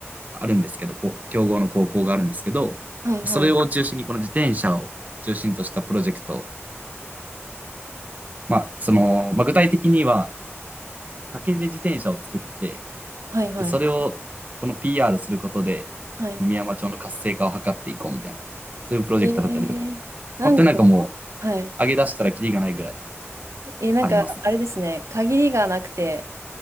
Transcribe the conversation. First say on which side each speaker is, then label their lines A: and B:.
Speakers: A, on the right; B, on the right.
A: あるんですけど、こう強豪の高校があるんですけど、
B: はい。はい。
A: それを中心にこの自転車を中心としたプロジェクト、まあ、その、まあ、具体的には竹で自転車を作って、
B: はい。はい。
A: で、それをこの PR することで、
B: はい。
A: 宮山町の活性化を図っていこうみたいな、そういうプロジェクトだったりとか、
B: えー、なんか、
A: 本当になんかもう
B: はい。
A: 上げ出したらキリがないぐらい
B: えー、なんか、
A: あります。
B: あれですね。限りがなくて、